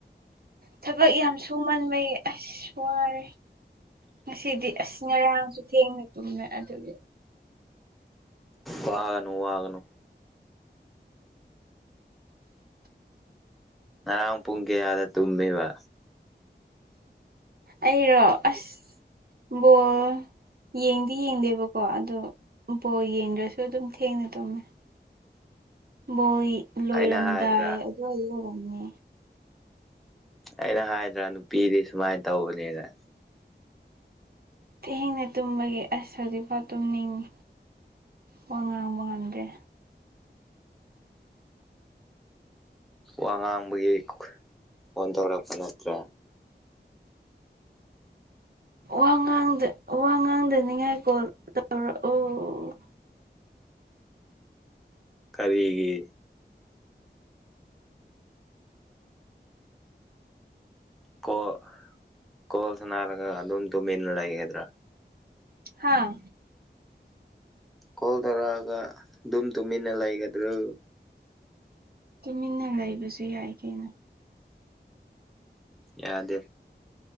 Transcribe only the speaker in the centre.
ꯋꯥꯒꯅꯨ ꯋꯥꯒꯅꯨ ꯉꯔꯥꯡ ꯄꯨꯡ ꯀꯌꯥꯗ ꯇꯨꯝꯃꯤꯕ
ꯑꯩꯅ ꯍꯥꯏꯗ꯭ꯔꯥ
ꯑꯩꯅ ꯍꯥꯏꯗ꯭ꯔꯥ ꯅꯨꯄꯤꯗꯤ ꯁꯨꯃꯥꯏꯅ ꯇꯧꯕꯅꯦꯅ
ꯋꯥ ꯉꯥꯡꯕꯒꯤ ꯐꯣꯟ ꯇꯧꯔꯛꯄ ꯅꯠꯇ꯭ꯔꯥ
ꯀꯔꯤꯒꯤ ꯀꯣꯜ ꯀꯣꯜ ꯁꯥꯟꯔꯒ ꯑꯗꯨꯝ ꯇꯨꯃꯤꯟꯅ ꯂꯩꯒꯗ꯭ꯔꯥ
ꯀꯣꯜ ꯇꯧꯔꯛꯑꯒ ꯑꯗꯨꯝ ꯇꯨꯃꯤꯟꯅ ꯂꯩꯒꯗ꯭ꯔꯣ
ꯌꯥꯗꯦ